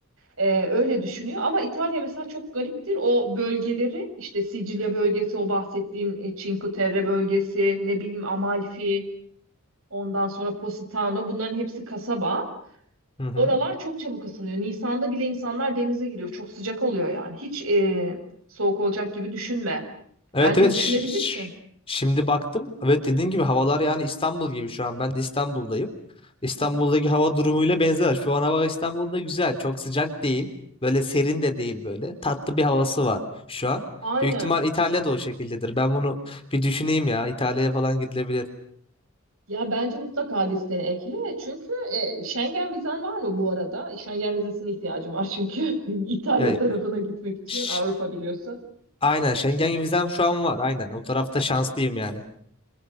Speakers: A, on the right; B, on the left.
A: E, öyle düşünüyor ama İtalya mesela çok gariptir. O bölgeleri işte Sicilya bölgesi o bahsettiğim e, Cinque Terre bölgesi ne bileyim Amalfi ondan sonra Positano bunların hepsi kasaba.
B: Hı hı.
A: Oralar çok çabuk ısınıyor. Nisan'da bile insanlar denize giriyor. Çok sıcak oluyor yani. Hiç e, soğuk olacak gibi düşünme.
B: Evet
A: Bence
B: evet
A: düşünebilirsin.
B: ş- ş- şimdi baktım. Evet dediğin gibi havalar yani İstanbul gibi şu an. Ben de İstanbul'dayım. İstanbul'daki hava durumuyla benzer. Şu an hava İstanbul'da güzel. Çok sıcak değil. Böyle serin de değil böyle. Tatlı bir havası var şu an.
A: Aynen.
B: Büyük ihtimal İtalya'da o şekildedir. Ben bunu bir düşüneyim ya. İtalya'ya falan gidilebilir.
A: Ya bence mutlaka listene ekle. Çünkü e, Schengen vizen var mı bu arada? Schengen vizesine ihtiyacım var çünkü <laughs> İtalya
B: Ya
A: tarafına gitmek için
B: ş-
A: Avrupa biliyorsun.
B: aynen Schengen vizem şu an var. Aynen o tarafta şanslıyım yani.